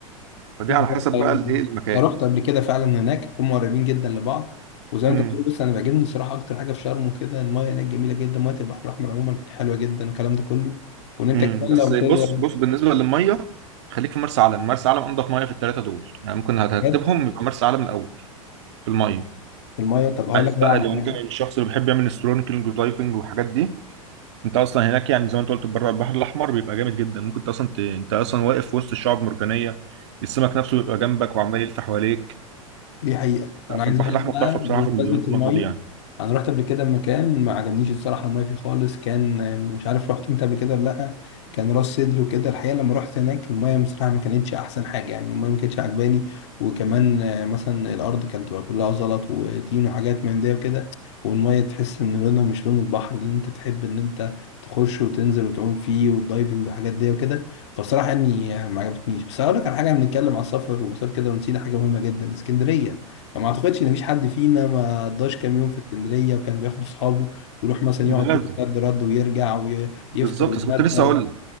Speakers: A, on the right; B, on the left.
A: فدي
B: بالظبط،
A: على حسب
B: أيوة.
A: بقى الايه المكان
B: انا رحت قبل كده فعلا هناك هم قريبين جدا لبعض وزي
A: امم
B: ما انت بتقول بص انا بيعجبني الصراحه اكتر حاجه في شرم وكده المايه هناك جميله جدا مايه البحر الاحمر عموما حلوه جدا والكلام ده كله وان انت
A: امم
B: كمان
A: بس
B: لو
A: بص
B: تقدر
A: بص بالنسبه للميه خليك في مرسى علم مرسى علم انضف ميه في الثلاثه دول يعني ممكن هترتبهم
B: بجد
A: يبقى مرسى علم الاول في الميه
B: في المايه طب هقول
A: عايز
B: لك بقى
A: بقى
B: على
A: لو
B: حاجه
A: انت من الشخص اللي بيحب يعمل استرونيكلينج ودايفنج والحاجات دي انت اصلا هناك يعني زي ما انت قلت بره البحر الاحمر بيبقى جامد جدا ممكن انت اصلا ت... انت اصلا واقف في وسط الشعاب المرجانيه السمك نفسه بيبقى جنبك وعمال يلف حواليك
B: دي حقيقة أنا
A: لا،
B: عايز
A: فالبحر
B: أقول لك
A: الاحمر
B: بقى
A: تحفه بصراحه
B: بمناسبة
A: في المليون في
B: المية
A: النقطه دي يعني
B: أنا رحت قبل كده مكان ما عجبنيش الصراحة المية فيه خالص كان مش عارف رحت أنت قبل كده ولا لأ كان راس سدر وكده الحقيقة لما رحت هناك المية بصراحة ما كانتش أحسن حاجة يعني المية ما كانتش عجباني وكمان آه، مثلا الأرض كانت تبقى كلها زلط وطين وحاجات من ده وكده والمية تحس إن لونها مش لون البحر اللي أنت تحب إن أنت تخش وتنزل وتعوم فيه والدايفنج وحاجات دي وكده فصراحة يعني آه، ما عجبتنيش بس هقول لك على حاجة بنتكلم على السفر ومسافة كده ونسينا حاجة مهمة جدا اسكندرية ما اعتقدش ان فيش حد فينا ما قضاش كام يوم في اسكندريه وكان بياخد اصحابه ويروح مثلا يقعد
A: ده لازم
B: يوم رد رد ويرجع ويفطر
A: بالظبط
B: ويتغدى
A: بس كنت لسه
B: و...
A: اقول لك